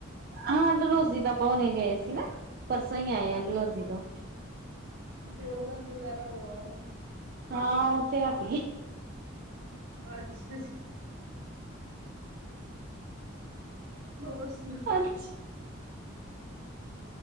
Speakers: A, on the right; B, on the right.
A: ਹਾਂ ਡਲਹੋਜੀ ਤਾਂ ਆਪਾਂ ਹੁਣੇ ਗਏ ਸੀ, ਨਾ ਪਰਸੋਂ ਹੀ ਆਏ
B: ਅੱਛਾ
A: ਡਲਹੋਜੀ
B: ਜੀ
A: ਤੋਂ
B: ਮਕਲੋੜਗੰਜ ਵਗੈਰਾ ਹੋ ਆਉ,
A: ਹਾਂ ਉਹ ਤੇੇ ਰਾਤੀ,
B: ਅੱਛਾ ਜੀ। ਹੋਰ ਸੂਨਾ,
A: <unintelligible>